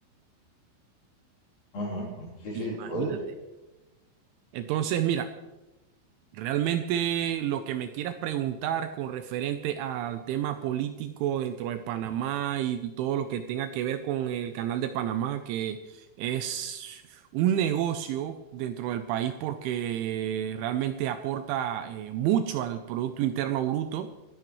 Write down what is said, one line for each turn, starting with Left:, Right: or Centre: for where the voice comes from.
Left: Ajá. ajá. Sí, sí,
Right: imagínate.
Left: joder,
Right: Entonces, mira, Realmente lo que me quieras preguntar con referente al tema político dentro de Panamá y todo lo que tenga que ver con el canal de Panamá, que es un negocio dentro del país porque realmente aporta eh, mucho al Producto Interno Bruto,